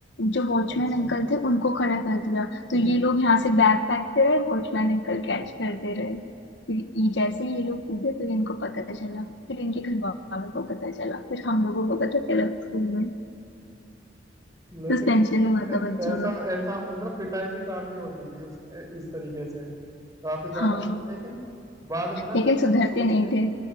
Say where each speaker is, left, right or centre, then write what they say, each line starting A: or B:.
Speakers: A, on the left (about 70°); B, on the right (about 20°).
A: जो वॉचमैन
B: अच्छा
A: अंकल थे उनको खड़ा कर
B: <laughs>
A: दिया तो ये लोग यहाँ से बैग फेंकते रहे वॉचमैन अंकल कैच करते रहे फिर ये जैसे ही ये लोग कूदे फिर इनको पता चला फिर इनके घर वालों को पता चला फिर हम लोगों को पता चला स्कूल में
B: लेकिन
A: सस्पेंशन हुआ
B: ऐ-
A: था बच्चों
B: ऐसा
A: का
B: ऐसा मतलब पिटाई भी काफी होती थी उस इस तरीके से काफी ज्यादा
A: हाँ
B: मतलब लेकिन बाद में ना
A: लेकिन
B: जब इनको
A: सुधरते
B: सोचते
A: नहीं
B: हैं
A: थे
B: तो